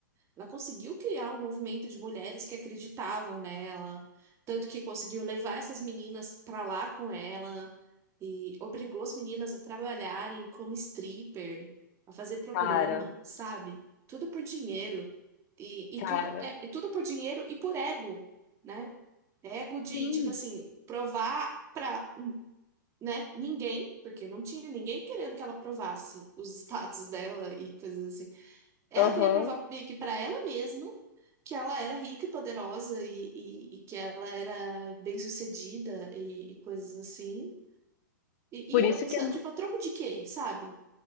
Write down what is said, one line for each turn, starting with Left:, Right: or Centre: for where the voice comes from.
Right: Ela conseguiu criar um movimento de mulheres que acreditavam nela. Tanto que conseguiu levar essas meninas pra lá com ela. E obrigou as meninas a trabalharem como stripper, a fazer programa,
Left: cara,
Right: sabe? Tudo por dinheiro. E,
Left: cara,
Right: e tudo, é, e tudo por dinheiro e por ego. né? Ego de,
Left: sim,
Right: tipo assim, provar pra, né, ninguém, porque não tinha ninguém querendo que ela provasse os status dela e coisas assim. Ela
Left: aham.
Right: queria provar meio que pra ela mesma que ela era rica e poderosa e, e, e que ela era bem-sucedida e, e coisas assim. E,
Left: Por
Right: e era
Left: isso
Right: isso,
Left: que é
Right: é tipo, a troco de quê, sabe?